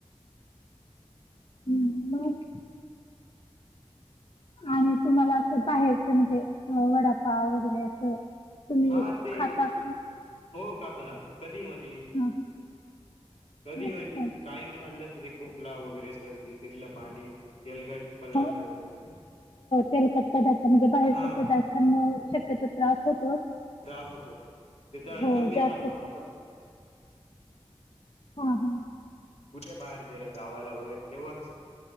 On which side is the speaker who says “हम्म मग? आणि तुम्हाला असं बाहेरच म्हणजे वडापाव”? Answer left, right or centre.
Left